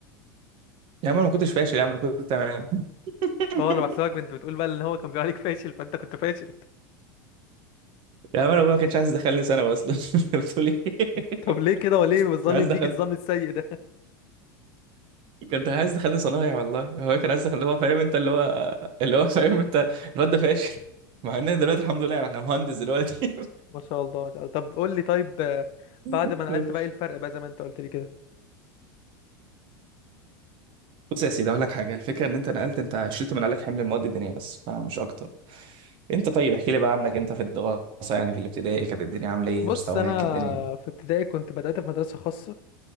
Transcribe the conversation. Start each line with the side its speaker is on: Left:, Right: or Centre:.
Right: يا عم انا ما كنتش فاشل يا عم انا كنت تمام <laughs>
Left: اه انا بحسبك كنت بتقول بقى ان هو كان بيقول عليك فاشل فانت كنت فاشل
Right: يا عم انا أبويا ما كانش عايز يدخلني ثانوي اصلا <laughs> انت بتقول ايه
Left: <laughs> طب ليه كده وليه بتظلم
Right: كان عايز
Left: بيك
Right: دخل
Left: الظن السيء ده
Right: كنت عايز دخلني صنايع والله هو كان عايز يدخل- اللي هو فاهم انت اللي هو اللي هو فاهم انت الواد ده فاشل مع ان أنا دلوقتي الحمد لله انا مهندس دلوقتي
Left: <laughs> ما شاء الله طب قول لي طيب آه، بعد
Right: <laughs>
Left: ما نقلت بقى ايه الفرق بقى زي ما انت قلت لي كده
Right: بص يا سيدي اقول لك حاجه الفكره ان انت نقلت انت شلت من عليك حمل المواد الدينيه بس فمش اكتر انت طيب احكي لي بقى عنك انت في الدراسه يعني في الابتدائي كانت الدنيا عامله ايه
Left: بص
Right: مستواك
Left: انا
Right: الدنيا دي
Left: في ابتدائي كنت بدأت في مدرسة خاصة